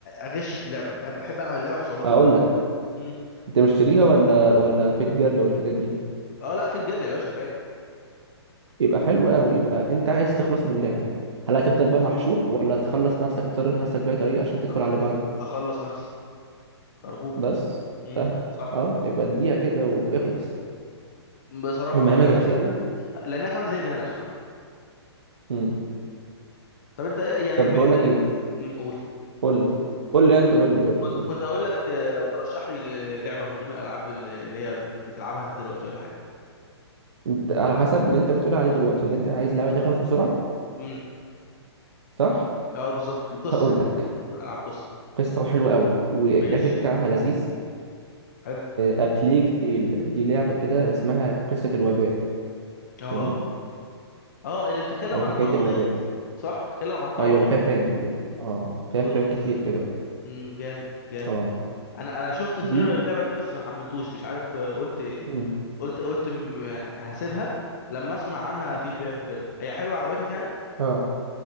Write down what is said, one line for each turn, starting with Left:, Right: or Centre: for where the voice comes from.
Left: اغش في اللعبه فاهم بحب العب اللعبه بصعوبتها
Right: اقول لك
Left: مم.
Right: انت مشتريها ولا ولا فيت جيرل والحاجات دي
Left: اه لا في الجير يا باشا كراك
Right: يبقى حلو قوي يبقى انت عايز تخلص من اللعبة هل
Left: مم.
Right: هتفضل بقى محشور ولا تخلص نفسك تصرف نفسك بأي طريقة عشان تدخل
Left: أخ-
Right: على اللي بعده
Left: اخلص نفسي ارجوك
Right: بس
Left: مم.
Right: سهل
Left: صح
Right: اه يبقى اديها كده واخلص
Left: بصراحه
Right: والمهام
Left: اه لان
Right: الرئيسية
Left: انا كمان لان انا كمان زهقت منها بصراحه
Right: امم
Left: طب انت ايه يعني
Right: طب
Left: ب...
Right: بقول
Left: ب...
Right: لك
Left: ب-
Right: ايه
Left: أمم، قول
Right: قول لي قول لي انت قول لي قول لي
Left: كنت
Right: قول
Left: كنت
Right: لي
Left: اقول لك آه، لو ترشح لي لعبه من ضمن الالعاب اللي هي بتلعبها انت دلوقتي ولا حاجه
Right: انت على حسب اللي انت بتقول عليه دلوقتي اللي انت عايز اللعبة دي تخلص بسرعة
Left: مم.
Right: صح
Left: اه بالظبط وقصه
Right: هقول لك
Left: تكون العاب قصه
Right: قصة حلوة قوي والجرافيك
Left: ماشي
Right: بتاعها لذيذ
Left: حلو
Right: أبليج تيل دي لعبة كده اسمها قصة الوباء
Left: اه
Right: تمام
Left: اه اللي بتتكلم
Right: أو
Left: عن
Right: حكاية
Left: الطاعون
Right: الوباء
Left: ديت صح بتتكلم عن الطاعون
Right: ايوه اللي
Left: وال...
Right: فيها فران اللي... اه فيها
Left: و-
Right: فران
Left: وازاي
Right: كتير
Left: انتشر
Right: كده
Left: امم جامد جامد
Right: اه
Left: انا انا شفت تريلر
Right: دي
Left: اللعبه دي بس ما حملتوش مش عارف آه، قلت
Right: مم.
Left: قلت قلت م- م- هسيبها لما اسمع عنها فيدباك وكده هي حلوه عجبتك يعني
Right: اه